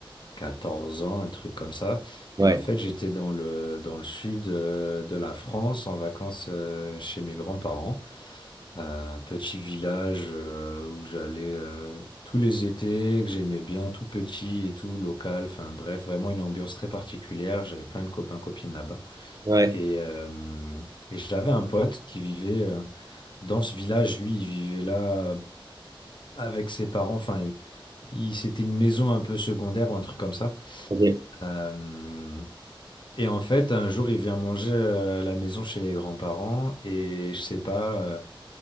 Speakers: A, on the left; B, on the right.
A: 14 ans, un truc comme ça.
B: ouais,
A: Et en fait, j'étais dans le, dans le sud euh, de la France en vacances euh, chez mes grands-parents, à un petit village euh, où j'allais euh, tous les étés, que j'aimais bien, tout petit et tout local. Enfin bref, vraiment une ambiance très particulière. J'avais plein de copains, copines là-bas.
B: ouais,
A: Et, euh, et j'avais un pote qui vivait euh, dans ce village. Lui, il vivait là euh, avec ses parents. Enfin, il, il- c'était une maison un peu secondaire ou un truc comme ça.
B: ok,
A: Euh, et en fait, un jour, il vient manger euh, à la maison chez les grands-parents. Et je sais pas, euh,